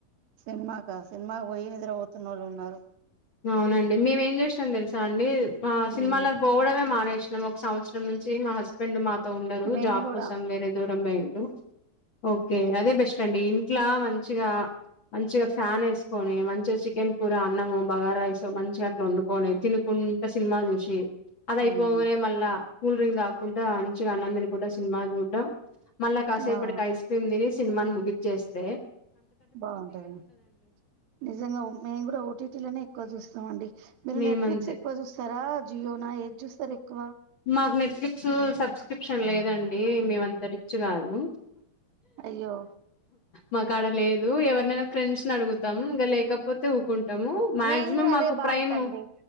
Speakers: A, on the right; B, on the left.
A: సినిమాకా సినిమాకి పోయి ఎదరు పోతున్న వాళ్ళు ఉన్నారు
B: అవునండి మేమేం చేసినాం తెలుసా అండి మా సినిమాలకు
A: మ్మ్
B: పోవడమే మానేస్ క్షణం ఒక సంవత్సరం నుంచి మా హస్బెండ్ మాతో ఉండరు
A: మేం
B: జాబ్
A: కూడా
B: కోసం వేరే దూరం పోం దో ఓకే అదే బెస్ట్ అండి ఇంట్లా మంచిగా మంచిగా ఫ్యాన్ వేసుకొని మంచిగా చికెన్ కూర అన్నము బగారైస్ మంచిగా అట్లా వండుకొని తినుకుంట సినిమా చూసి అదయిపోగానే
A: మ్మ్
B: మళ్ళా కూల్ డ్రింక్ దాకుంట మంచిగా అన్నం తినకోడం సినిమా చూడటం మళ్ళా కాసేపటికి
A: బా
B: ఐస్ క్రీమ్ తినెస్ సినిమాని ముగికాచేస్తే
A: బాగుంటాదిడి నిజంగా మేము కూడా ఓటీటీలనే ఎక్కువ చూస్తామండి మీరు
B: మేమంతే
A: నెట్ఫ్లిక్స్ ఎక్కువ చూస్తారా జియోనా ఏది చూస్తరు ఎక్కువ
B: మాకు నెట్ఫ్లిక్స్ సబ్స్క్రిప్షన్ లేదండి మేమంత రిచ్చ్ కాదు
A: అయ్యో
B: మాకడ లేదు ఎవరినైనా ఫ్రెండ్స్ని అడుగుతాం ఇంక లేకపోతే కుంటము మాక్సిమం
A: మేము కూడా అదే
B: మాకు
A: బాపత్
B: ప్రైమ్
A: అండి